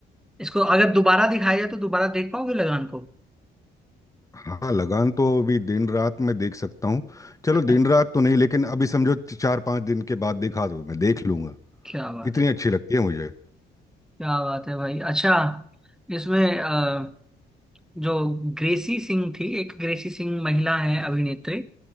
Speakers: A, in the centre; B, on the left (about 15°).
A: इसको अगर दोबारा दिखाया जाए तो दोबारा देख पाओगे लगान को
B: हाँ लगान तो अभी दिन रात में देख सकता हूँ चलो
A: <laughs>
B: दिन रात तो नहीं लेकिन अभी समझो च- चार पांच दिन के बाद दिखा दो मैं देख लूंगा
A: क्या बात
B: इतनी
A: है
B: अच्छी लगती है मुझे
A: क्या बात है भाई अच्छा इसमें अ, जो ग्रेसी सिंह थी एक ग्रेसी सिंह महिला है अभिनेत्री